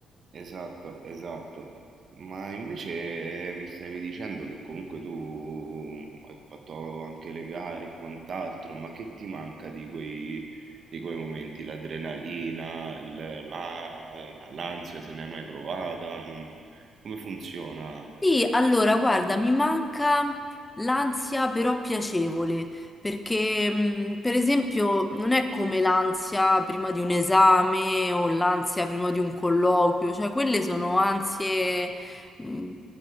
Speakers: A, on the right; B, on the left.
A: Esatto, esatto. Ma invece eh, mi stavi dicendo che comunque tu hai fatto anche le gare e quant'altro, ma che ti manca di quei, di quei momenti? L'adrenalina, il- la- l'ansia, se ne hai mai provata? Non- come funziona?
B: Sì, allora,
A: Eh,
B: guarda, mi manca l'ansia però piacevole, perché mh, per esempio non è come l'ansia prima di un esame o l'ansia prima di un colloquio, cioè quelle sono ansie mh,